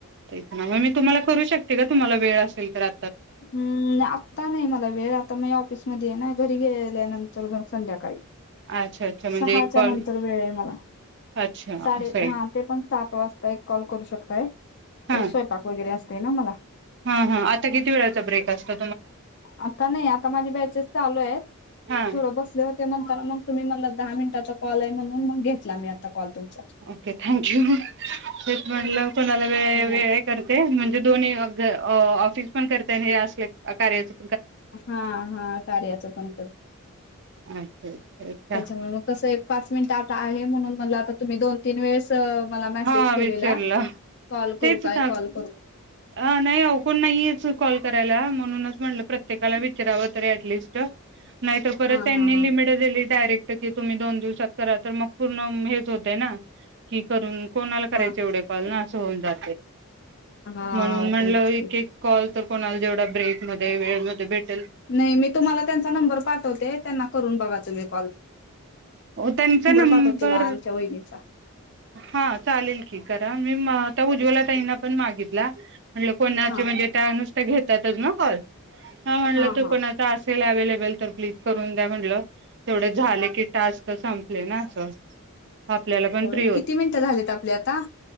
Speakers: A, on the right; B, on the left.
A: प्रामाणिक तुम्हाला करू शकते का तुम्हाला? वेळ असेल तर आ
B: हम्म आता नाही मला वेळ आता म ऑफिसमध्येध्ये आहे ना. घरी गेल्यानंतर मग संध्याकाळी.
A: अच्छा अच्छा म्हणजे
B: सहाच्या
A: एक कॉल
B: नंतर वेळ आहे मला.
A: अच्छा
B: साडे
A: असं आहे
B: हा ते पण सात वाजता एक कॉल करू शकताय,
A: हा
B: परत स्वयपाक वगैरे अस ते ना मला
A: हा हा आता किती वेळेचा ब्रेक असता
B: आता नाही आता माझी बॅचेस चालू हेत
A: हा
B: थोडं बसले होते म्हणताना मग तुम्ही मला दहा मिनिटाचा कॉल आहे म्हणून मग घेतला मी आता कॉल तुमचा
A: ओके थँक यू! तेच म्हटलं कोणाला वेळ आहे
B: नाही
A: वेळ आहे करते म्हणजे दोन्ही अ ज पण करते ना हे असले कार्याचं
B: हा हा कार्याचं पण कर.
A: अच्छा अच्छा अच्छा
B: त्याच्यामुळे मग कस एक पाच मिनिट आता आहे म्हणून म्हणलं आता तुम्ही दोन तीन वेळेस मला मॅसेज
A: हा
B: केलेला
A: विचारलं
B: कॉल करू
A: तेच
B: काय
A: ना
B: कॉल करू
A: अ नाही अहो कोण नाहीच कॉल करायला म्हणूनच म्हणलं प्रत्येकाला विचरावं तरी ऍटलीस्ट नाही तर परत
B: हा
A: त्यांनी
B: हा
A: लिमिट दिली डायरेक्ट की तुम्ही दोन दिवसात करा तर मग पूर्ण म हेच होतयं ना, कि करून कोणाला करायचे
B: हा
A: एवढे कॉल ना
B: हा
A: अस होऊन जातंय
B: हा
A: म्हणून म्हणलं
B: तेच
A: एक
B: की
A: एक कॉल तर कोणाला जेवढा ब्रेक मध्ये वेळ मिळतोय भेट
B: नाही मी तुम्हाला त्यांचा नंबर पाठवते त्यांना करून बघा तुम्ही कॉल
A: ओ त्यांचा नंबर
B: पाठवते तुला आमच्या वहिनीचा
A: हा चालेल कि करा मी म-अ-ता उज्ज्वला ताईंना पण मागितला म्हणजे कोणाचे
B: हा
A: म्हणजे त्यानुस त्या घेतातच ना कॉल? ह म्हणलं
B: हा
A: तो
B: हा
A: कोणाचा अस तिला अँवेलेबल तर प्लीज करून काय म्हटलं तेवढे झाले की टास्क संपले ना असं आपल्याला पण
B: होय
A: फ्री
B: किती मिनिटं झालेत आपले आता?